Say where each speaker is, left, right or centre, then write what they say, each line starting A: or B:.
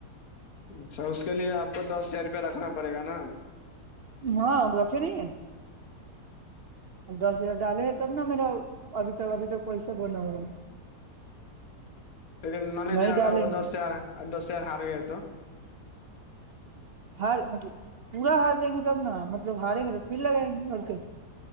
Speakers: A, on the left; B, on the right.
A: اچھا اس کے لیے آپ کو دس ہزار روپیہ رکھنا پڑے گا نا
B: ہاں رکھے نہیں دس ہزار ڈالے ہیں تب نہا میرا ابھی تک ابھی تک پیسہ بنا ہوا ہے
A: لیکن مان لیجیے
B: نہیں
A: اگر
B: ڈالیں
A: وہ دس
B: گے
A: ہزار دس ہزار ہار گ تو
B: ہار مطلب پورا ہار جائیں گے تب نا مطلب ہاریں گے تو پھر لگائیں گے اور کیسے